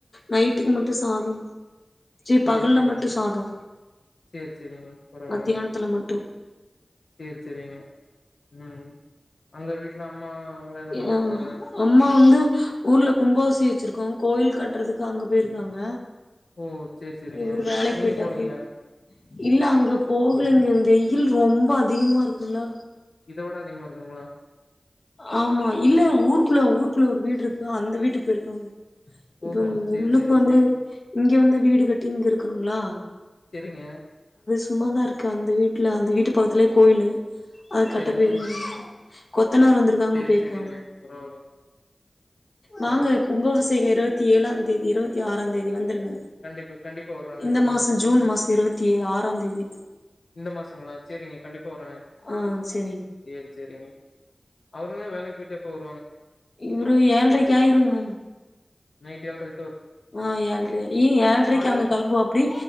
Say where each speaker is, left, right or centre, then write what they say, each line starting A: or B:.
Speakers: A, on the left (about 50°); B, on the left (about 80°).
A: நைட்டுக்கு மட்டு சாதம் சி
B: சேரி
A: பகல்ல
B: சேரிங்க.
A: மட்டு சாதோ
B: சேரி சேரிங்க. பரவால்லங்க.
A: மத்தியானத்துல மட்டு
B: சேரி சேரிங்க ம் அங்க வீட்ல அம்மா அவங்களா என்ன
A: ய
B: பண்ட்ருக்காங்க?
A: அம்மா அம்மா வந்து ஊர்ல கும்பாபிசே வச்சிருக்கோ கோயில் கட் ட்டுறதுக்கு அங்க போயிருக்காங்க
B: ஓ! சேரி சேரிங்க.
A: இவரு வேலைக்கு
B: நீங்க
A: போயிட்டாப்டி
B: போலீங்களா?
A: இல்ல அங்க போகலங்க வெயில் ரொம் ம்ப அதிகமா இருக்குல்ல
B: இதவிட அதிகமா இருக்குதுங்ளா
A: ஆமா இல்ல ஊருக்குள்ள ஊருக்குள்ள ஒரு வீடுருக் க்கு அந்த வீட்டுக்கு போயிருக்காங்க இப்ப
B: ஓஹோ! சேரி
A: உள்ளுக்கு
B: சேரிங்க.
A: வந்து இங்க வந்து வீடு கட்டி இங்க இருக்கணுங்ளா
B: செரிங்க
A: சும்மா தா இருக்கு அந்த வீட்ல அந்த வீட்டு பக்கத்துலே கோயிலு அது கட்ட
B: செரிங்க.
A: <unintelligible> கொத்தனாறு வந்துருக்காங்க
B: சேரி,
A: போயிருக்காங்க
B: செரிங்க. பரவால்லைங்க.
A: வாங்க
B: ஆ
A: கும்பாபிஷேக இரவத் த்தி ஏலாந்தேதி இருவத்தி ஆறாந் தேதி வந்துருங்க
B: கண்டிப்ப கண்டிப்பா வற்றங்க
A: இந்த மாசோ
B: ம்
A: ஜூன் மாசோ இருவத்தி ஆறாந்தேதி
B: இந்த மாசங்ளா சேரிங்க கண்டிப் ப்பா வரங்க
A: ஆ செரிங்
B: சேரி சேரிங்க அவரு தா வேலைக்கு போயிட்டு எப்ப வரு
A: இவுரு ஏழ்ரைக்கு ஆயிருங்ணா
B: நைட்டு ஏழ்ரை
A: ஆ ஏழ்ரயாயி ஏழ்ரைக்கு
B: காலையில
A: அங்க கெளம்புவாப்டி